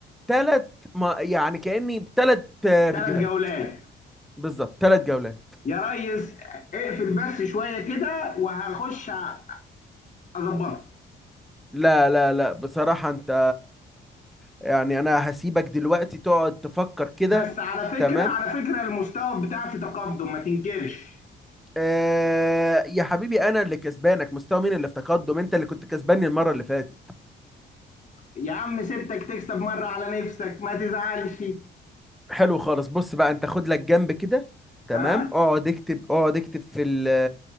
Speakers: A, in the centre; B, on the left.
A: ثلاث ما... يعني كأني بثلاث
B: ثلاث
A: فيديوهات
B: جولات
A: بالظبط ثلاث جولات
B: يا ريس اقفل بس شويه كده وهخش ع- اظبطها
A: لا لا لا بصراحة انت يعني انا هسيبك دلوقتي تقعد تفكر كده
B: بس على فكره
A: تمام
B: على فكره المستوى بتاعي في تقدم ما تنكرش
A: آه... يا حبيبي انا اللي كسبانك مستوى مين اللي في تقدم انت اللي كنت كسباني المرة اللي فاتت
B: يا عم سبتك تكسب مره على نفسك ما تزعلش
A: حلو خالص بص بقى انت خد لك جنب كده تمام
B: ها أه؟
A: اقعد اكتب اقعد اكتب في ال